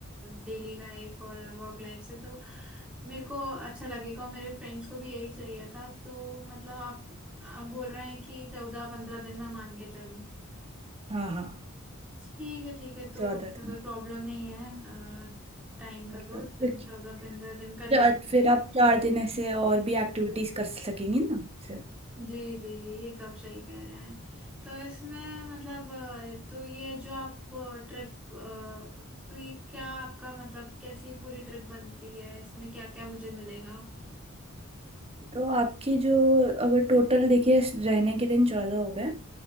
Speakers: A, in the centre; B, on the right.
A: डेली लाइफ और वर्क लाइफ से तो मेरे को अच्छा लगेगा और मेरे फ्रेंड्स को भी यही चाहिए था तो मतलब आप आप बोल रहे हैं कि चौदह पंद्रह दिन मैं मान के चलूँ
B: हाँ हाँ
A: ठीक है ठीक है तो
B: स्वागत
A: ऐसा कोई प्रॉब्लम नहीं है टाइम
B: मतलब
A: का तो
B: क्योंकि
A: चौदह पंद्रह दिन कर लेते
B: चार- फिर आप चार दिन ऐसे और भी एक्टिविटीज कर सकेंगी ना सर
A: जी जी ये तो आप सही कह रहे हैं तो इसमें मतलब अ, तो ये जो आप ट्रिप तो ये क्या आपका मतलब कैसी पूरी ट्रिप बनती है इसमें क्या क्या मुझे मिलेगा
B: तो आपकी जो अगर टोटल देखिए रहने के दिन चौदह हो गए